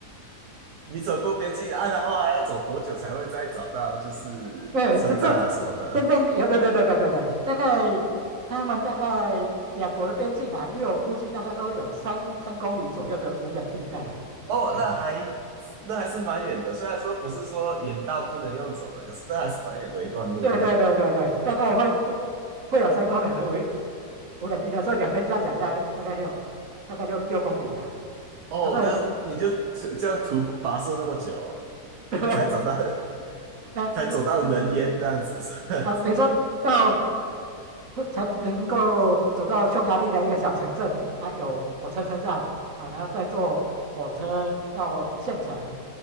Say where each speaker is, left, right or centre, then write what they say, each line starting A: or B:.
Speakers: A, on the right (about 70°); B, on the right (about 50°).
A: <laughs> 你走过边境啊，然后还要走多久才会再找到就是车站啊什么的？
B: 对，真正真正有对对对对对对，大概他们大概两国的边境啊，因为我估计大概都有三三公里左右的无人地带啊，
A: 哦，
B: 哎，
A: 那还那还是蛮远的，虽然说不是说远到不能用走的，可是那还是蛮远的一段路呢。
B: 对对对对对，大概会会会有三公里的无无人地带，所以两边加起来大概大概就大概就六公里啊，
A: 哦，
B: 啊，所以
A: 那你就徒这样徒步跋涉那么久，
B: <laughs> 对，
A: 才找到 <laughs>
B: 那那那
A: 才走到人烟这样子，是吧？
B: 啊，等于说到才能够走到匈牙利的一个小城镇啊，有火车车站啊，然后再坐火车到县城。